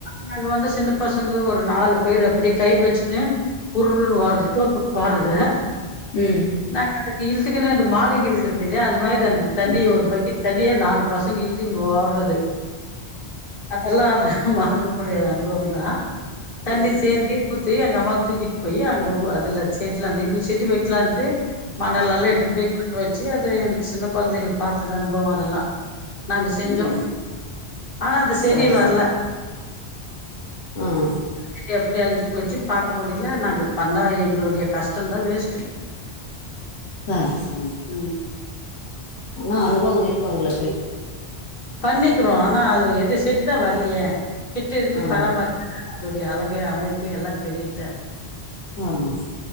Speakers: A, on the left; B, on the left.
A: நாங்க வந்து சின்ன பசங்க ஒரு நாலு பேரு அப்பிடி கயிற் வெச்சுக்கினு உர்ருன் ஓட்றது தோப்புக் போறது
B: ம்
A: நாங்க அதுக்கு இழ்த்துகினு அந்த மாடுங்க இழுக்கற்தில்லயா அந்த மாரி அந்த தண்ணி
B: ம்
A: ஒரு பக்கெட் தண்ணிய நாலு பசங்க இழ் த்தின் ஓட்றது அப்பல்லா ஒரு மறக்க முடியாத அனுபவந்தா
B: ம்
A: தண்ணி
B: ம்
A: சேந்தி ஊத்தி எங்க அம்மா தூக்கிட்டு போயி அங்க ஊ அதுல செடில அந்த இருவது செடி வெக்கலான்ட்டு மணலல்லா
B: ம்
A: எடுத்துன் போய் கொட்டு வச்சு அது எனக் சின்ன கொழ்ந்தைல பாத்தது அனுபவோ அதெல்லா நாங்க செஞ்சோ
B: ம்
A: ஆனா அந்த செடி
B: சரி
A: வர்ல
B: ம்
A: செடி அப்டியே அழ்ஞ்சு போய்ர்ச்சு பாக்க முடில நாங்க பண்ண எங்ளுடைய கஷ்டந்தா வேஸ்ட்
B: ஆ சரி
A: ம்
B: ஆனா அனுபவோ இருக்கு உங்ளுக்கு
A: பண்ணிக்கிறோ ஆனா அது எது செடி தா வர்லியே கிட்ட இர்ந்து
B: ஆ
A: பராமரி <inaudible> அதோடைய அழகு அமைப்பு எல்லா செடில் தா
B: ஆமா